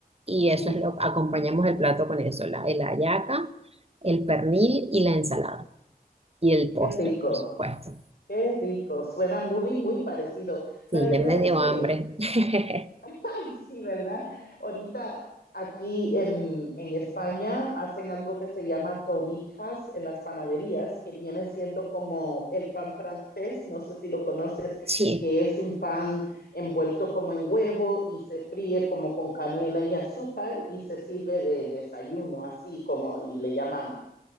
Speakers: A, on the right; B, on the left.
A: Y eso
B: Sí,
A: es lo, acompañamos el plato con eso, la, la hallaca, el pernil y la ensalada. Y el
B: qué
A: postre,
B: rico.
A: por supuesto.
B: Qué rico, suena muy, muy parecido. La
A: Sí,
B: verdad
A: ya me
B: es
A: dio
B: que,
A: hambre. <laughs>
B: <laughs> ay, sí, ¿verdad? Ahorita aquí en, en España hacen algo que se llama torrijas en las panaderías, que viene siendo como el pan francés, no sé si lo conoces,
A: Sí.
B: que es un pan envuelto como en huevo y se fríe como con canela y azúcar y se sirve de desayuno, así como, y le llaman